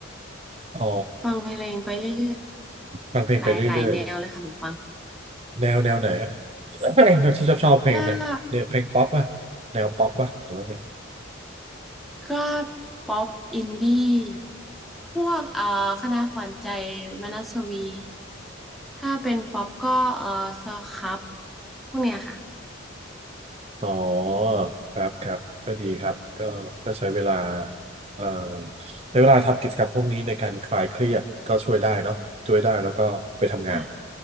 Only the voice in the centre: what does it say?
ฟังเพลงไปเรื่อยๆ
หลายหลายแนวเลยค่ะหนูฟัง
ก็ก็ป๊อปอินดี้พวกเอ่อคณะขวัญใจมนัสวี ถ้าเป็นป๊อปก็เอ่อสครับพวกเนี้ยค่ะ
ได้